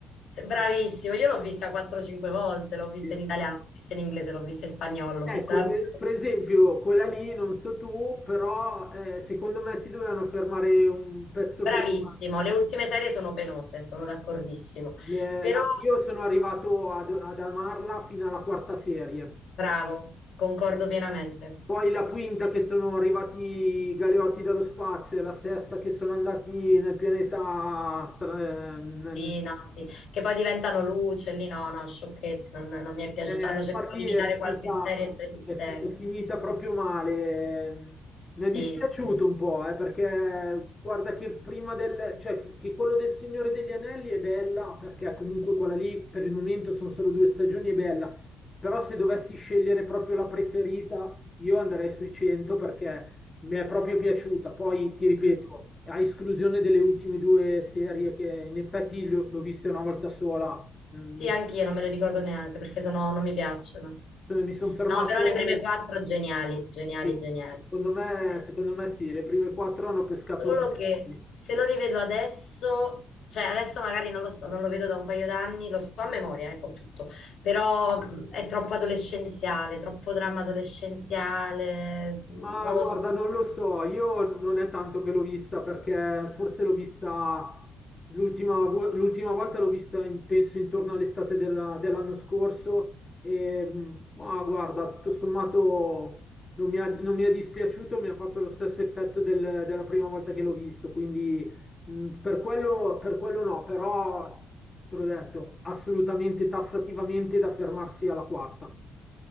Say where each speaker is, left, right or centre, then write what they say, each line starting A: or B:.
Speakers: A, on the left; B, on the left.
A: se- bravissimo, io l'ho vista 4-5 volte, l'ho vista
B: Sì.
A: in italiano, l'ho vista in inglese, l'ho vista in spagnolo, l'ho
B: Ecco,
A: vista...
B: per, per esempio, quella lì, non so tu, però eh, secondo me si dovevano fermare un pezzo
A: Bravissimo,
B: prima.
A: le ultime serie sono penose, sono d'accordissimo.
B: Le-
A: Però,
B: la- io sono arrivato ad, ad amarla fino alla quarta serie,
A: bravo, concordo pienamente.
B: poi la quinta che sono arrivati i Galeotti dallo spazio e la sesta che sono andati nel pianeta, stra- eh, nel
A: Sì, no, sì. Che poi diventano luce, lì no, no, sciocchezze, non, non mi è piaciuto.
B: Eh,
A: Cioè, Hanno cercato
B: infatti
A: di imitare
B: è finita,
A: qualche serie già esistente.
B: è è finita proprio male. Mi
A: Sì,
B: è dispiaciuto
A: sì.
B: un po', eh, perché guarda che prima del, cioè che che quello del Signore degli Anelli è bella, perché comunque quella lì per il momento sono solo due stagioni, è bella. Però se dovessi scegliere proprio la preferita, io andrei sui 100 perché mi è proprio piaciuta. Poi ti ripeto,
A: Mm.
B: a esclusione delle ultime due serie che in effetti l'ho l'ho vista una volta sola, mm,
A: Sì,
B: mi
A: anch'io non me le ricordo neanche perché sono, non mi piacciono.
B: eh, Mi sono fermato,
A: No, però le prime quattro geniali, geniali,
B: sì.
A: geniali.
B: Secondo me, secondo me sì, le prime quattro hanno pescato
A: Solo
B: un
A: che
B: po'.
A: se lo rivedo adesso, cioè adesso magari non lo so, non lo vedo da un paio d'anni, lo so a memoria, eh, so tutto, però mh, è troppo adolescenziale, troppo dramma adolescenziale, non
B: Ma guarda,
A: lo so.
B: non lo so, io non è tanto che l'ho vista perché forse l'ho vista l'ultima vo- l'ultima volta l'ho vista in- penso intorno all'estate della- dell'anno scorso e mh, ma guarda, tutto sommato non mi ha, non mi è dispiaciuto, mi ha fatto lo stesso effetto del- della prima volta che l'ho visto, quindi mh, per quello, per quello no, però te l'ho detto, assolutamente tassativamente da fermarsi alla quarta.